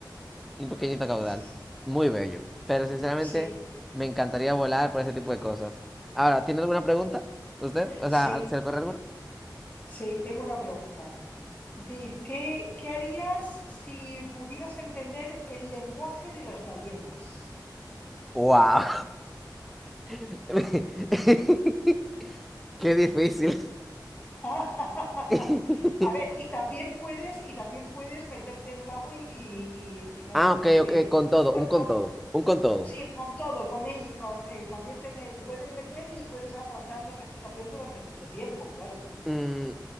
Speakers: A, in the centre; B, on the left.
A: un pequeñito caudal,
B: sí,
A: muy bello, pero sinceramente
B: sí.
A: me encantaría volar por ese tipo de cosas. Ahora, ¿tiene alguna pregunta? ¿Usted? O
B: sí,
A: sea, ¿se le ocurre alguna?
B: Sí, tengo una pregunta. Diz, ¿qué, qué harías si pudieras entender el lenguaje de las ballenas?
A: ¡Wow! <laughs> ¡Qué difícil!
B: <laughs>
A: <laughs>
B: A ver, y también puedes, y también puedes meterte en el agua y, y- y- no
A: Ah,
B: tener
A: ok,
B: que.
A: ok, con todo,
B: Bueno,
A: un con
B: con-
A: todo, un con todo.
B: sí, con todo, con ella, con, eh, también te, me- te pueden meter y puedes aguantar la respiración durante mucho tiempo, claro.
A: Mm,